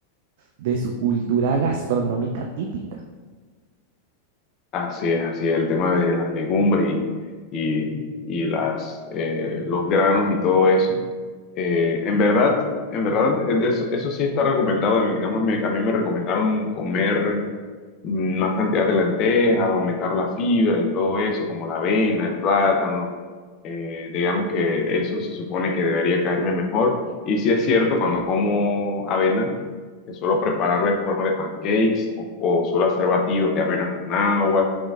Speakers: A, on the right; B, on the left.
A: de su cultura gastronómica típica.
B: Así es, así es, el tema de las legumbres y, y, y las, eh, los granos y todo eso. Eh, en verdad, en verdad, eh, eso, eso sí está recomendado. Digamos, me- a mí me recomendaron comer mm, más cantidad de lentejas, aumentar la fibra y todo eso, como la avena, el plátano. Eh, digamos que eso se supone que debería caerme mejor. Y sí es cierto, cuando como avena, que suelo prepararla en forma de pancakes o, o suelo hacer batidos de avena con agua